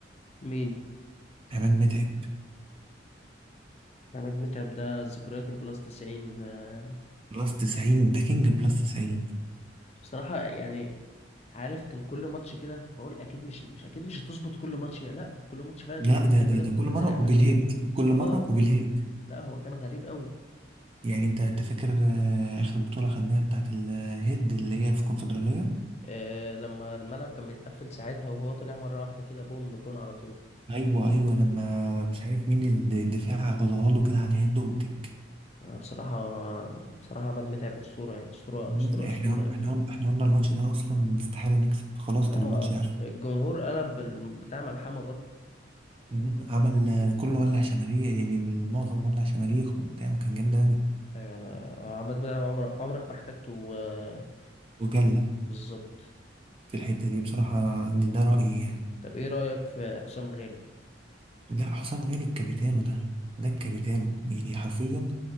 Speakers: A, on the left (about 35°); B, on the right (about 30°).
A: مين
B: عماد متعب
A: عماد متعب ده ذكريات البلاس 90 آه،
B: بلس 90 ده كينج بلس 90
A: بصراحة يعني عارف كان كل ماتش كده بقول اكيد مش مش اكيد مش هتظبط كل ماتش يا لا كل ماتش فعلا
B: لا
A: انت كنت
B: ده
A: بتحمدك
B: ده ده
A: وكان
B: كل
A: بينزل
B: مرة
A: يعملها
B: وبالهيد كل
A: اه
B: مرة وبالهيد
A: لا هو كان غريب قوي
B: يعني انت انت فاكر آه، اخر بطولة خدناها بتاعت الهيد اللي هي في الكونفدرالية
A: آه لما الملعب كان بيتقفل ساعتها وهو طلع مرة واحدة كده بوم جون على طول
B: ايوه ايوه لما مش عارف مين الد- الدفاع غضاها له كده على الهيد وتك
A: آه، بصراحة بصراحة عماد متعب أسطورة يعني أسطورة
B: مم،
A: أسطورة
B: احنا
A: أسطورة
B: قلنا احنا قلنا احنا قلنا الماتش ده اصلا استحالة نكسب خلاص
A: اه
B: كان الماتش يعرف
A: الجمهور قلب ال- بتاع ملحمة برضو
B: مم، عمل آه، كله ولع شماريخ يعني المعظم ولع شماريخ وبتاع وكان جامد اوي
A: ايوه انا عماد متعب عمرك عمرك ما احتاجته آه،
B: وجلة
A: بالظبط
B: في الحتة دي بصراحة دي- ده رأيي يعني
A: طب ايه رأيك في حسام غالي
B: لا حسام غالي الكابيتانو ده ده الكابيتانو يعني حرفيا